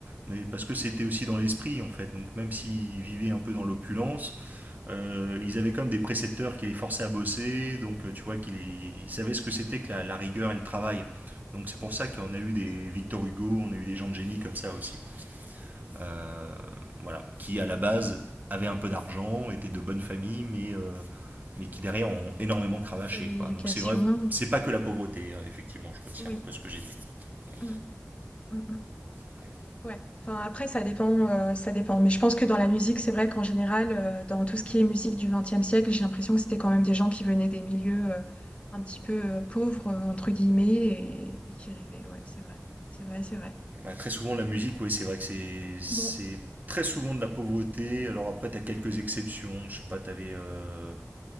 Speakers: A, on the right; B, on the left.
A: mais parce que c'était aussi dans l'esprit, en fait. Donc, même s'ils vivaient un peu dans l'opulence, euh, ils avaient comme des précepteurs qui les forçaient à bosser, donc euh, tu vois qu'ils ils savaient ce que c'était que la, la rigueur et le travail. Donc c'est pour ça qu'on a eu des
B: sûr.
A: Victor Hugo, on a eu des gens de génie comme ça aussi. Euh, voilà, qui à la base avaient un peu d'argent, étaient de bonnes familles, mais, euh, mais qui derrière ont énormément cravaché.
B: Il y avait l'éducation.
A: Quoi. Donc c'est vrai, c'est pas que la pauvreté, euh, effectivement, je retire
B: Oui.
A: un peu ce que j'ai dit. Ouais,
B: Mm, mm, mm.
A: ouais.
B: Ouais, enfin après ça dépend, euh, ça dépend. Mais je pense que dans la musique, c'est vrai qu'en général, euh, dans tout ce qui est musique du XXe siècle, j'ai l'impression que c'était quand même des gens qui venaient des milieux euh, un petit peu euh, pauvres euh, entre guillemets et, et qui rêvaient. Ouais, c'est vrai, c'est vrai, c'est vrai.
A: Ouais, très souvent la musique, oui, c'est vrai que c'est, c'est
B: Bon,
A: très souvent de la pauvreté. Alors après, t'as quelques exceptions, je sais pas, t'avais. euh,